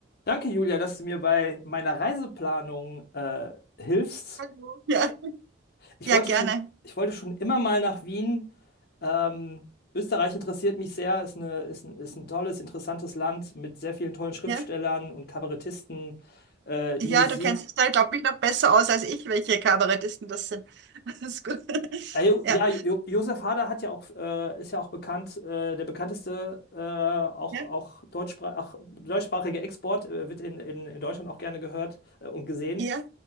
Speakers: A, on the left; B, on the right.
A: Danke, Julia, dass du mir bei meiner Reiseplanung äh, hilfst.
B: Hallo. Ja,
A: Ich
B: ja,
A: wollte
B: gerne.
A: schon, ich wollte schon immer mal nach Wien. Ähm, Österreich interessiert mich sehr, ist eine, ist ein, ist ein tolles, interessantes Land mit sehr vielen tollen Schriftstellern
B: Ja,
A: und Kabarettisten, äh, die
B: ja,
A: Musik.
B: du kennst dich da, glaube ich, noch besser aus als ich, welche Kabarettisten das sind. <laughs> Das ist gut.
A: Äh, jo-
B: Ja,
A: ja, jo Josef Hader hat ja auch, äh, ist ja auch bekannt, äh, der bekannteste, äh, auch,
B: ja,
A: auch, deutschsprach auch deutschsprachige Export, äh, wird in, in, in Deutschland auch gerne gehört äh, und gesehen.
B: ja,